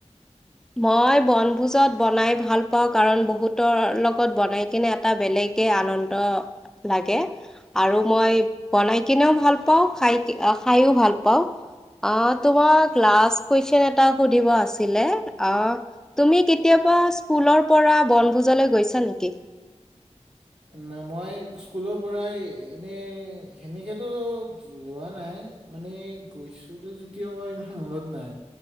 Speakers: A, in the centre; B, on the right.
A: মই বনভোজত বনাই ভাল পাওঁ, কাৰণ বহুতৰ লগত বনাই কিনে এটা বেলেগে আনন্দ লাগে। আৰু মই বনাই কিনেওঁ ভাল পাওঁ, খাই খাইয়ো ভাল পাওঁ। আহ, তোমাক লাষ্ট কুৱেশন এটা সুধিব আছিলে। অহ তুমি কেতিয়াবা স্কুলৰ পৰা বনভোজলৈ গৈছা নেকি।
B: এ না মই স্কুলৰ পৰাই এনেই সেনেকে‌তো। যো যোৱা নাই মানে গৈছিলোঁ যদিও মোৰ ইমান মনত নাই।